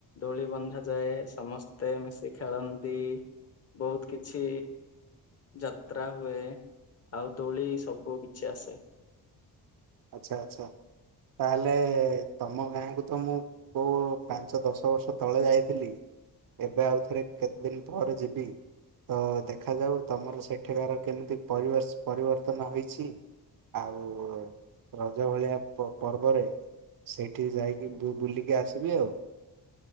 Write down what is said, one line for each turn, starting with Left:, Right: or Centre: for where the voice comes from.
Left: ଦୋଳି ବନ୍ଧାଯାଏ ସମସ୍ତେ ମିଶି ଖେଳନ୍ତି ବହୁତ କି କିଛି ଯାତ୍ରା ହୁଏ ଆଉ ଦୋଳି ସବୁ କିଛି ଆସେ।
Right: ଆଛା ଆଛା ତା ହେଲେ ତମ ଗାଁକୁ ତ ମୁଁ କୋଉ ପାଞ୍ଚ ଦଶ ବର୍ଷ ତଳେ ଯାଇଥିଲି ଏବେ ଆଉ ଥରେ କେତେ ଦିନ ପରେ ଯିବି ତ ଦେଖାଯାଉ ତମର ସେଠକାର କେମିତି ପରିବେସ୍ ପରିବର୍ତ୍ତନ ହୋଇଛି ଆଉ। ରଜ ଭଳିଆ ପ ପର୍ବରେ ସେଠି ଯାଇକି ବୁ ବୁଲିକି ଆସିବି ଆଉ।